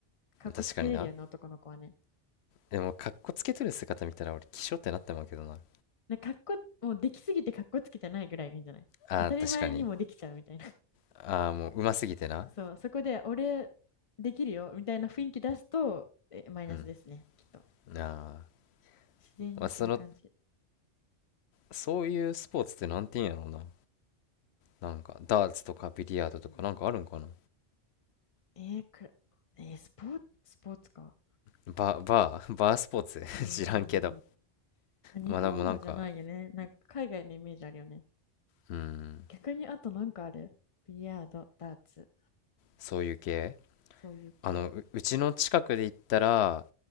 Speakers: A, on the left; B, on the left.
A: かっこつけれるよね、
B: 確かにな。
A: 男の子はね。
B: でも、かっこつけとる姿見たら俺、気性ってなってまうけどな。
A: なんかかっこ、もうできすぎてかっこつけてないぐらいがいいんじゃない当たり前にもできちゃうみたいな。
B: あー確かに。
A: <laughs>
B: あーもう、うますぎてな。
A: そう、そこで俺できるよみたいな雰囲気出すと、え、マイナスですね、
B: うん。
A: きっと。
B: ああ。
A: 自然にする感じ。
B: まあ、その、そういうスポーツってなんて言うんやろうな。なんか、ダーツとかビリヤードとかなんかあるんかな。
A: うん、えーくら、えースポーツ、スポーツか。
B: バ、バー <laughs>、バースポーツ
A: うーん。
B: <laughs> 知らんけど。
A: まあ日本のじゃないよね。
B: まあでもなんか、
A: なんか海外のイメージあるよね。
B: うん、
A: 逆にあとなんかあるビリヤード、ダーツ、
B: そういう系
A: そういう系。
B: あの、う、うちの近くで言ったら、